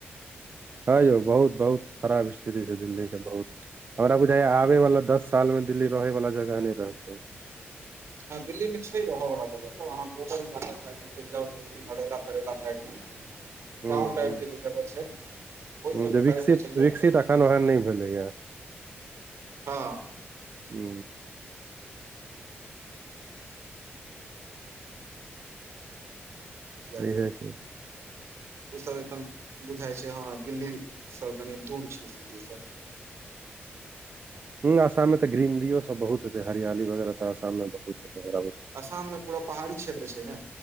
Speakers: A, on the right (about 45°); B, on the right (about 70°).
A: हँ यौ बहुत बहुत खराब स्थिति छै दिल्ली के बहुत हमरा बुझाय आबे वाला दस साल में दिल्ली रहे वाला जगह नहि रहते
B: ह दिल्ली मे छै ह हँ <unintelligible> वला जगहहाँल <unintelligible> नरैला तरैला साइड मे
A: हूं
B: गाँ <unintelligible>
A: हूं
B: टाइप के जगह छै ओहि सब
A: जे
B: साइड
A: विकसित
B: मे चलि जाउ
A: विकसित
B: तऽ
A: अखन ओहन नहि भेलैएा
B: हँ
A: ह
B: यारफ
A: सहिये की
B: ओ सब एकदम बुझााय छै हँ दिल्ली सब कनी दूर छी सिटी सब
A: हँ आसाम त ग्रनरीयो सब बहुत हे हरियाली वगैरह तऽसाममे बहुत हेतैरा
B: आसाममे पूरा पहाड़ी क्षेत्र छै ने